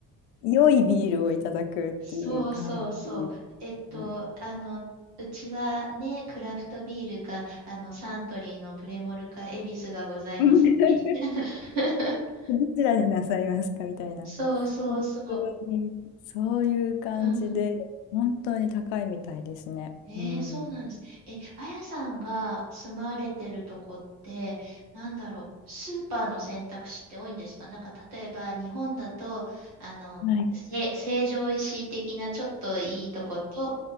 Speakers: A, on the left; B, on the right.
A: 良いビールをいただくっていう感じで
B: そうそうそう。えっと、
A: すね。
B: あの、うちはね、クラフトビールか、あの、サントリーのプレモルか、恵比寿がございますみたいな。
A: うん <laughs>
B: <laughs>
A: どちらになさいますかみたいな。
B: そうそうそう。
A: 本当に、そういう感じで、
B: うん
A: 本当に高いみたいですね。
B: えー、
A: うん。
B: そうなんです。え、あやさんが住まわれてるとこって、なんだろう、スーパーの選択肢って多いんですかなんか例えば日本だと、あの、
A: はい。
B: せ、成城石井的なちょっといいとこと、